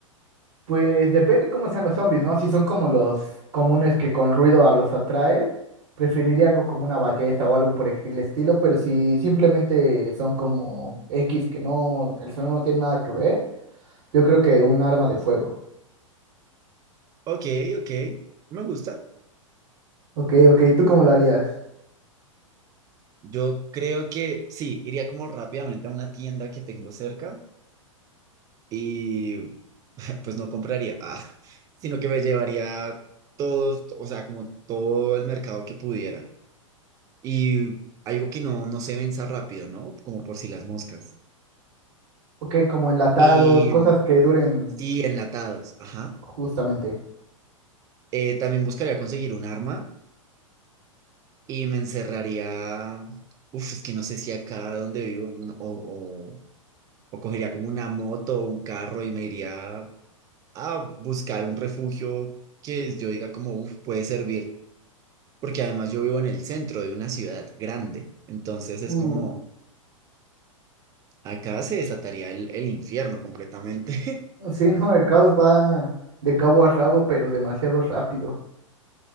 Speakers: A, on the right; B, on the right.
A: Pues depende cómo sean los zombies, ¿no? Si son como los comunes que con ruido a los atraes, preferiría algo como una ballesta o algo por el estilo, pero si simplemente son como X que no, el sonido no tiene nada que ver, yo creo que un arma de fuego.
B: Ok, ok, me gusta.
A: Ok, ok, ¿tú cómo lo harías?
B: Yo creo que sí, iría como rápidamente a una tienda que tengo cerca y <laughs> pues no compraría, ah, sino que me llevaría todos, o sea, como todo el mercado que pudiera. Y algo que no, no se venza rápido, ¿no? Como por si las moscas.
A: Ok, como enlatados,
B: Y
A: cosas que duren
B: sí, enlatados, ajá.
A: justamente.
B: Eh, también buscaría conseguir un arma y me encerraría, uf, es que no sé si acá donde vivo, no, o, o, o cogería como una moto o un carro y me iría a buscar un refugio que yo diga como, uf, puede servir porque además yo vivo en el centro de una ciudad grande, entonces es
A: Uf,
B: como, acá se desataría el, el infierno completamente. <laughs>
A: sí, no, el caos va de cabo a rabo, pero demasiado rápido.